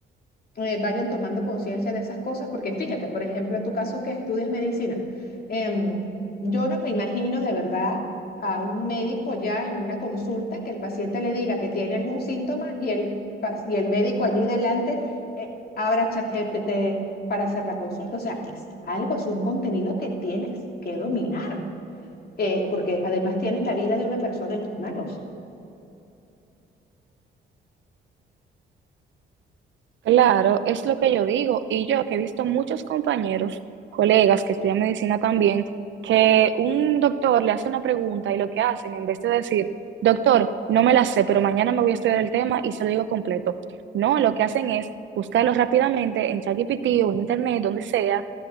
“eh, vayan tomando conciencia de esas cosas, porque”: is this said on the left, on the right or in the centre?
Left